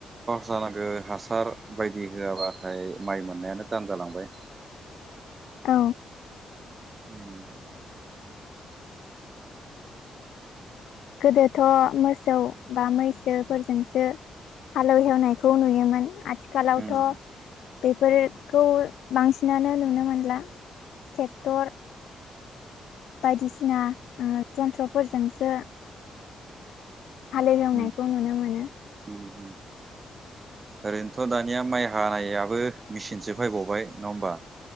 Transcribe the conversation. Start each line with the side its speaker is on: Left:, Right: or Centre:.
Right: जानांगो हासार बायदि होआबाथाय माइ मोननायानो तान जालां बांबाय।
Left: औ।
Right: उम।
Left: गोदोथ' मोसौ बा मैसोफोरजोंसो हालौ हेवनायखौ नुयोमोन आ थिखालावथ'
Right: उम
Left: बेफोरखौ बांसिनानो नुनो मोनला। टेक्टर बायदिसिना ओ जन्थ्रफोरजोंसो हाल एवनायखौ
Right: उम
Left: नुनो मोनो।
Right: उम उम। ओरैनोथ' दानिया माइ हानायाबो मिचिनसो फायबावबाय नंङा होमबा?